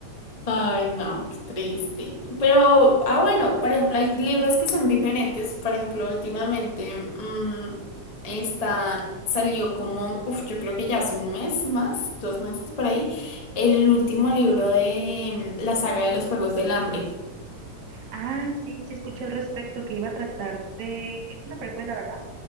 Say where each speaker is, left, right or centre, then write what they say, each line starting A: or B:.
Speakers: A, on the left; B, on the right.
A: Ay, no, qué triste. Pero, ah, bueno, por ejemplo, hay libros que son diferentes. Por ejemplo, últimamente mm, está, salió como, uf, yo creo que ya hace un mes más, dos meses por ahí, el último libro de mm, la saga de los Juegos del Hambre.
B: Ah, sí, sí escuché al respecto que iba a tratar de... Es una precuela, ¿verdad?